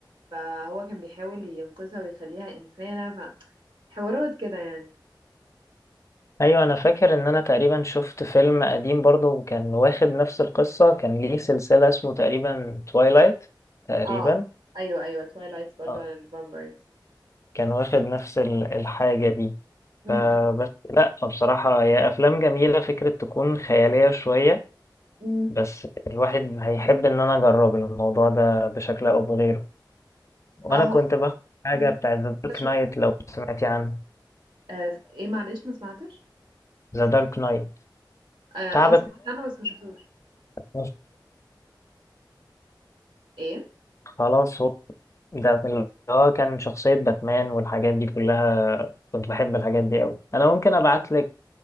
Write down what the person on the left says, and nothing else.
ايوه انا فاكر ان انا تقريبا شفت فيلم قديم برضو كان واخد نفس القصه كان ليه سلسله اسمه تقريبا تويلايت تقريبا
اه
كان واخد نفس ال- الحاجه دي
فبس
لا بصراحه هي افلام جميله فكره تكون خياليه شويه
بس الواحد هيحب ان انا اجرب الموضوع ده بشكل او بغيره وانا
كنت
باخد حاجه
بتاعت ذا دارك
نايت لو سمعتي عنه
ذا دارك نايت
بتاع
باتمان
خلاص هو ده من اللي هو كان شخصية باتمان والحاجات دي كلها كنت بحب الحاجات دي أوي أنا ممكن أبعت لك